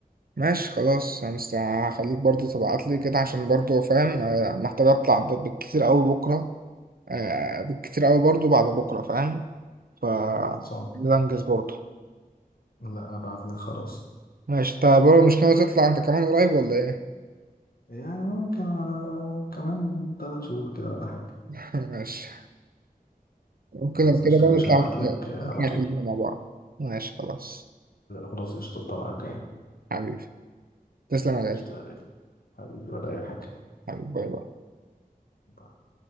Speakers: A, on the right; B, on the left.
A: ماشي خلاص انا مست- هخليك برضو تبعت لي كده عشان برضو فاهم آه، محتاج اطلع ب- بالكتير قوي بكره آه، بالكتير قوي برضو بعد بكره فاهم ف
B: خلصان
A: ده انجز برضو
B: لا ابعت لك خلاص
A: ماشي انت برضو مش ناوي تطلع انت كمان قريب ولا ايه
B: يعني ممكن على كمان تلات شهور كده ولا حاجة
A: <laughs> ماشي وكده
B: خلاص قشطة
A: كده بقى
B: يا باشا
A: نطلع
B: هبعت لك على
A: نطلع
B: طول
A: كلنا مع بعض ماشي خلاص
B: خلاص قشطة الطلعة الجاية
A: حبيبي تسلم يا
B: قشطة
A: غالي
B: يا غالي. حبيبي ولا أي حاجة
A: حبيبي باي باي
B: باي.